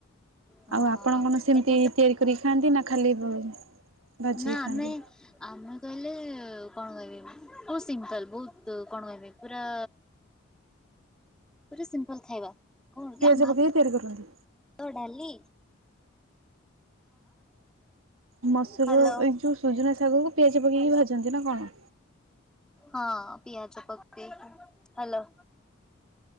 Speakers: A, in the centre; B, on the right.
A: ହଁ
B: ଆଉ ଆପଣ କଣ ସେମିତି
A: ଏବେ ତ
B: ତିଆରି କରିକି ଖାଆନ୍ତି ନା ଖାଲି ଭାଜିକି
A: ନା ଆମେ
B: ଖାଆନ୍ତି?
A: ଆମେ କହିଲେ କଣ କହିବି ବହୁତ ସିମ୍ପଲ ବହୁତ କଣ କହିବି ପୁରା ପୁରା ସିମ୍ପଲ ଖାଇବା <unintelligible>
B: ପିଆଜ ପକେଇକି ତିଆରି କରନ୍ତି?
A: ଭାତ ଡାଲି
B: ମସୁର
A: ହ୍ୟାଲୋ
B: ଏଇ ଯୋଉ ସୁଜନା ଶାଗ କୁ ପିଆଜ ପକେଇକି ଭାଜନ୍ତି ନା କଣ?
A: ହଁ ପିଆଜ ପକେଇକି ହାଲୋ